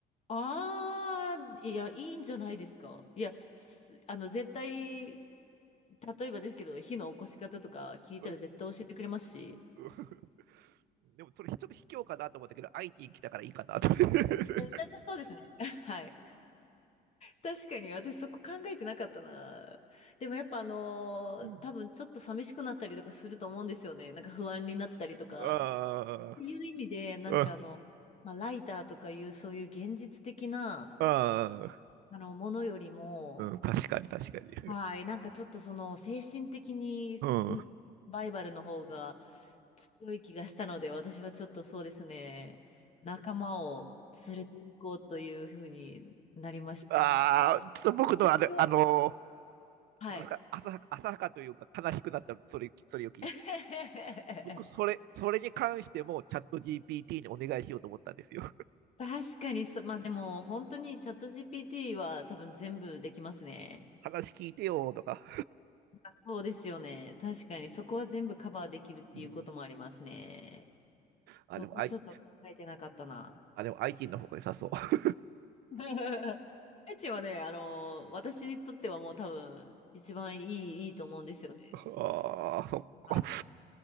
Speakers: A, on the left; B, on the right.
A: ああ、いや、いいんじゃないですか。いや、すあの、絶対、例えばですけど、火の起こし方とか聞いたら絶対教えてくれますし。
B: うんうんでも、それちょっと卑怯かなと思ったけど、IT 来たからいいかなと。<laughs>
A: えだだそうですね。<laughs> はい。確かに、私そこ考えてなかったな。でもやっぱあのー多分ちょっと寂しくなったりとかすると思うんですよね。
B: うん
A: なんか不安になったりとか。
B: ああ、
A: っていう意味で、なんかあの、
B: うん
A: まあ、ライターとかいうそういう現実的な、
B: ああ、
A: あの、ものよりも、
B: うん、確かに確かに。
A: はい。なんかちょっとその精神的にすんバイバルの方が
B: うん。
A: 強い気がしたので、私はちょっとそうですね、仲間を連れて行こうというふうになりまして。
B: ああー、ちょっと僕のあれ、
A: 一応、
B: あの
A: はい。
B: ー、なんか浅はか、浅はかというか悲しくなった、それ、それを聞いて。
A: <laughs>
B: 僕、それ、それに関してもチャット GPT にお願いしようと思ったんですよ。
A: 確かにそ、まあでも本当にチャット GPT は多分全部できますね。
B: 話聞いてよーとか。
A: あそうですよね。確かにそこは全部カバーできるっていうこともありますね。
B: うんあ、
A: そこちょっと考えてなかったな。
B: でも、あい、あ、でもアイティ t の方が良さそう。<laughs>
A: <laughs> ライチはね、あのー私にとってはもう多分、一番いい、いいと思うんですよね。
B: ああ、そっか。
A: は